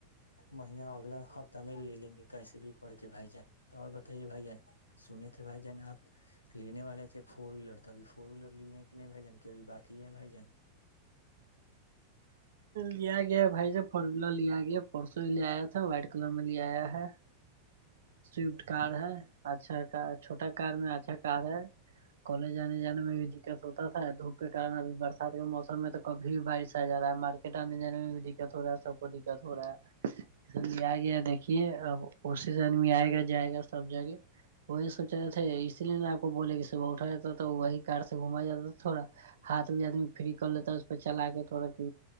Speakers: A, on the left; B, on the right.
A: مہینہ اگلا ہفتہ میں لے لیں گے کیسے بھی کر کے بھائی جان تو اور بتائیے بھائی جان سنے تھے بھائی جان آپ لینے والے تھے فور ویلر توبھی فور ویلر لیے ہیں کہ نہیں بھیجنبھی بای ہے بھیجن
B: لیا گیا ہے بھائی جب فور ویلر لیا گیا پرسوں بھی لے آیا تھا وائٹ کلر میں لے آیا ہے سوئفٹ کار ہے اچھا ک چھوٹا کار میں اچھا کار ہے کالج آنے جانے میں بھی دقت ہوتا تھا دھوپ کے کن اب برسات کے موسم میں تو کبھی بھی بارش آ جا ہے ہمار کٹاننے جانے میں بھی دقت ہو رہا ہے سب کو دقت ہو رہا ہے اس لے آ گیا دیکھیے اب کوشس آدمی آئے گا جائے گا سب جگہ وہی سوچ رہے تھے اس لیے نا آپ کو بولے کہ صبح اٹھا جاتا تھا تو وہی کار سے گھمایا جاتا تھا تھوڑا ہاتھ بھی آدمی فری کر لیتا ہے اس پہ چلا کے تھوڑا کہ